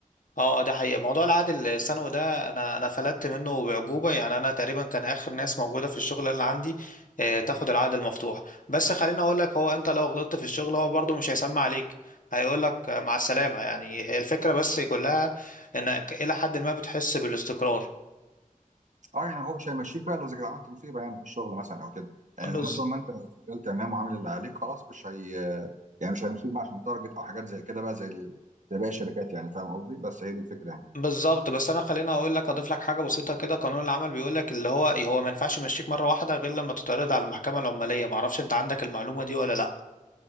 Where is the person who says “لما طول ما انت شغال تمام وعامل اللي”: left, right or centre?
Right